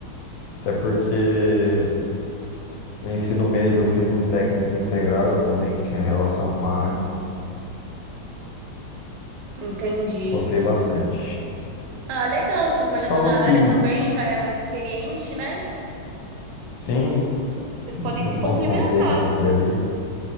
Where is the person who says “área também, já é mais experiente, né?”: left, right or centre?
Right